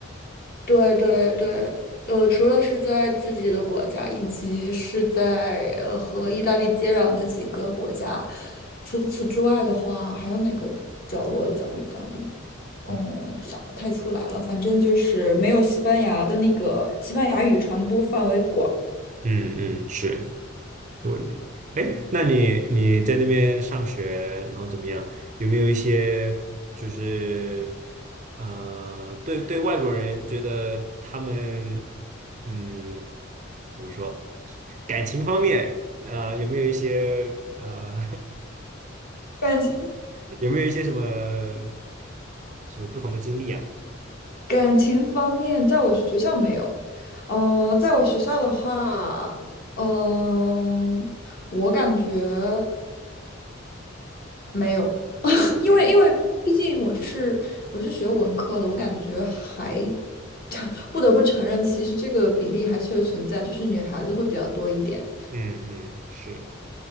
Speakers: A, on the left; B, on the right.
A: 对对对，呃，除了是在自己的国家，以及是在呃和意大利接壤的几个国家，除此之外的话，还有哪个角落讲意大利哦，
B: 嗯
A: 想不太出来了，反正就是没有西班牙的那个西班牙语传播范围广。
B: 嗯嗯，是。对，哎，那你你在那边上学，然后怎么样？有没有一些就是呃，对对外国人觉得他们嗯怎么说，感情方面呃有没有一些呃
A: 感情
B: <laughs> 有没有一些什么什么不同的经历啊？
A: 感情方面，在我学校没有。嗯、在我学校的话，嗯、我感觉没有，<coughs> 因为因为毕竟我是我是学文科的，
B: 没有哈，
A: 我感觉还 <coughs> <laughs> 不得不承认，其实这个比例还确实存在，就是女孩子会比较多一点。
B: 嗯嗯是